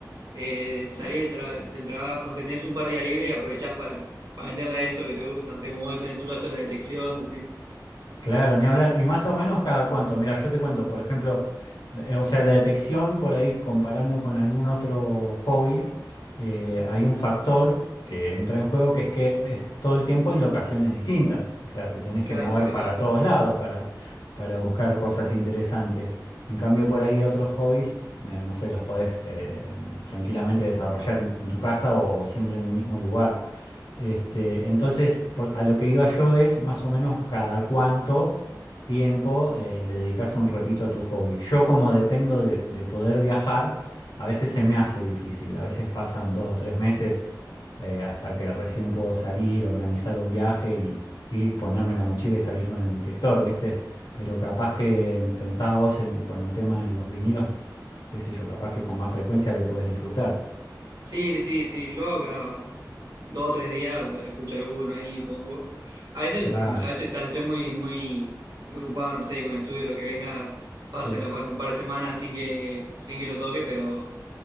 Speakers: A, on the right; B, on the left.
A: eh, salí del, tra- del trabajo, no sé, tenés un par de días libre y aprovechás para, para meterle a eso que te gusta, no sé, como es en tu caso la detección, decís,
B: Claro, ni hablar. Y más o menos cada cuánto. Mira, yo te cuento, por ejemplo, eh, o sea, la detección por ahí comparando con algún otro hobby, eh, hay un factor que entra en juego que es que es todo el tiempo en locaciones distintas. O sea, te tenés
A: claro,
B: que mover
A: sí,
B: para
A: sí.
B: todos lados para, para buscar cosas interesantes. En cambio, por ahí otros hobbies, eh, no sé, los podés eh, tranquilamente desarrollar en, en tu casa o o siempre en el mismo lugar. Este, entonces, por- a lo que iba yo es más o menos cada cuánto tiempo eh, le dedicas un ratito a tu hobby. Yo como dependo de, de poder viajar, a veces se me hace difícil, a veces pasan dos o tres meses eh, hasta que recién puedo salir, organizar un viaje y, y ponerme la mochila y salir con el detector, ¿viste? Pero capaz que pensaba vos en- con el tema de los vinilos, qué sé yo, capaz que con más frecuencia lo podés disfrutar.
A: Sí, sí, sí, sí, yo acá. dos o tres días, eh, escucho alguno ahí, pongo. A veces,
B: Claro,
A: a veces estás- estoy muy, muy, muy ocupado, no sé, con estudio, lo que venga, pasan
B: sí.
A: capaz que un par de semanas sin que, sin que lo toque, pero,